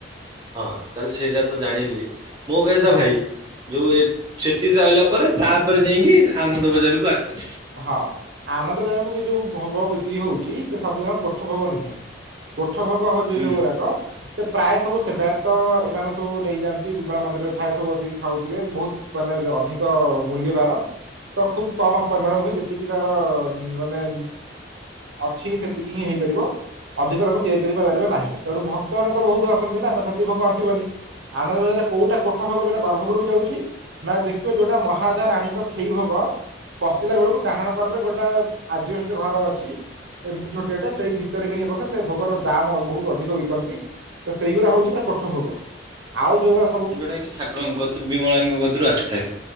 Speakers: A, on the right (about 20°); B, on the right (about 80°).
A: ହଁ ତାହେଲେ ସେଇଟା ତ ଜାଣିଲି ମୋ କହିବା କଥା
B: ହୁଁ
A: ଭାଇ ଯୋଉ ଏ ସେଠି ଯାଇଲା ପରେ ତାପରେ ଯାଇଁକି ଆନନ୍ଦ ବଜାରକୁ ଆସେ।
B: ହଁ ଆନନ୍ଦବିହାରକୁ ବି ଯୋଉ ଭୋଗ ବିକ୍ରି ହଉଛି ସେ ସବୁ ଜାକ କୋଠ ଭୋଗ ନୁହେଁ। କୋଠ ଭୋଗ ହୋଉଛି
A: ହୁଁ
B: ଏଇ ଯୋଉ ଗୁଡ଼ାକ ସେ ପ୍ରାୟ ସବୁ ସେବାୟତ ଏମାନେ ସବୁ ନେଇଯାଆନ୍ତି ବିମଳା ମନ୍ଦିରରେ ଥାଏ ସବୁ ବସିକି ଖାଉଥିବେ ବହୁତ ମାନେ ଅଧିକ ମୂଲ୍ୟ ତାର ତ ଖୁବ କମ୍ ଆପ ପରିମାଣ ହୁଏ ଯେତିକି ତାର ମାନେ ଅଛି ସେତିକି ହିଁ ହେଇପାରିବ। ଅଧିକ ତାକୁ ତିଆରି କରି ପା ପାରିବ ନାହିଁ ତେଣୁ ଭକ୍ତମାନେ ତ ବହୁତ ଆସନ୍ତି ନା ତ ସେତିକୀ ଭୋଗ ଅଣ୍ଟିବନି। ଆନନ୍ଦ ବଜାରରେ କୋଉଟା କୋଠ ଭୋଗ ଯୋଉଟା ଗର୍ଭଗୃହକୁ ଯାଉଛି। ନା ଦେଖିବ ଯୋଉଟା ମହାରାଜା ରାଣୀଙ୍କ ଖେଇ ଭୋଗ ପଶିଲା ବେଳକୁ ଡାହାଣ କରରେ ଗୋଟାଏ ଆଜବେଷ୍ଟ ଘର ଅଛି। ଏମିତି ଛୋଟିଆଟା ସେଇ ଭିତରେ କି ଇଏ କରିଥା ସେ ଭୋଗର ଦାମ ବହୁତ ଅଧିକ ବିକନ୍ତି। ତ ସେଇଗୁଡ଼ା ହଉଛି ପୁରା କୋଠ ଭୋଗ। ଆଉ ଯୋଉରା
A: ଯେଉଟା କି ଠାକୁରଙ୍କ କତୁ ବିମଳାଙ୍କ କତୁରୁ ଆସିଥାଏ।